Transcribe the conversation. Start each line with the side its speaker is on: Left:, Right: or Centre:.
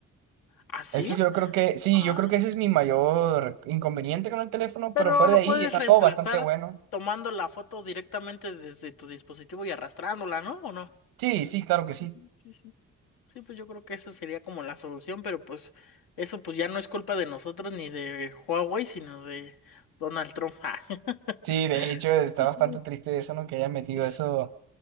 Left: ¿Ah, sí?
Right: Eso yo creo que, sí,
Left: Ah.
Right: yo creo que ese es mi mayor inconveniente con el teléfono,
Left: Pero
Right: pero fuera
Left: lo
Right: de ahí
Left: puedes
Right: está
Left: reemplazar
Right: todo bastante bueno.
Left: tomando la foto directamente desde tu dispositivo y arrastrándola, ¿no? ¿O no?
Right: Sí, sí, claro que sí.
Left: Ujú, Sí, sí. Sí, pues yo creo que eso sería como la solución, pero pues eso pues ya no es culpa de nosotros ni de Huawei, sino de Donald Trump. <laughs>
Right: Sí, de hecho está
Left: Ah,
Right: bastante triste eso, ¿no? Que haya metido
Left: es
Right: eso